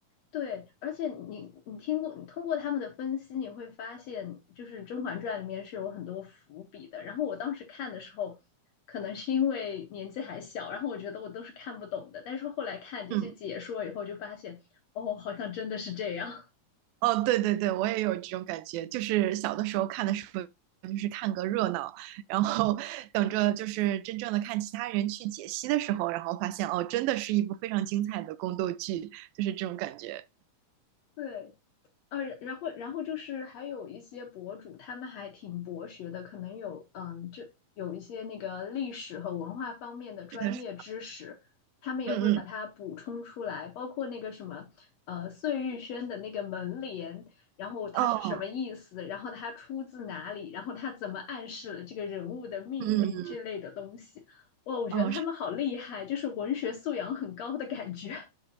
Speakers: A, on the left (about 75°); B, on the right (about 85°).
A: 对，而且你你听过，你通过他们的分析，你会发现，就是《甄嬛传》里面是有很多伏笔的。然后我当时看的时候，可能是因为年纪还小，然后我觉得我都是看不懂的。但是后来看这些解说以后，
B: 嗯。
A: 就发现，哦，好像真的是这样。
B: 哦，对对对，我也有这种感觉，就是小的时候看的时候，就是看个热闹，然后 <laughs> 等着就是真正的看其他人去解析的时候，然后发现哦，真的是一部非常精彩的宫斗剧，就是这种感觉。
A: <laughs> 对。呃，然后然后就是还有一些博主，他们还挺博学的，可能有嗯，这有一些那个历史和文化方面的专业知识，
B: 是的，是
A: 他们也会把它补充出来，
B: 嗯嗯，
A: 包括那个什么呃碎玉轩的那个门帘，然后它是什么意思，
B: 哦，
A: 然后它出自哪里，然后它怎么暗示了这个人物的命运之类的东西。
B: 嗯嗯，
A: 哇，我觉得他们好厉害，
B: 哦，嗯嗯
A: 就是文学素养很高的感觉。<laughs>